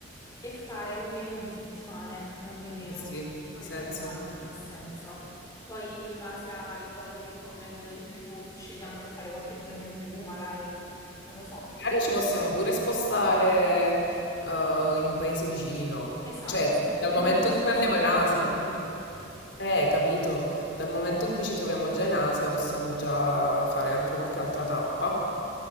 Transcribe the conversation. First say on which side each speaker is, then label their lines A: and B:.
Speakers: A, on the left (about 15°); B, on the left (about 70°).
A: E fare almeno due settimane, non di meno,
B: Eh sì,
A: perché
B: ha senso.
A: non ha,
B: perché-
A: non ha senso. Poi, in base ai voli che convengono di più, scegliamo se fare qualche giorno in più, magari. Non lo so.
B: Magari ci possiamo pure spostare eh, in un paese vicino.
A: Esatto,
B: Cioè, dal
A: io
B: momento
A: mi vorrei
B: in
A: spostare
B: cui andiamo in Asia.
A: quando sono lì.
B: Eh, capito. Dal momento in cui ci troviamo già in Asia, possiamo già fare anche qualche altra tappa.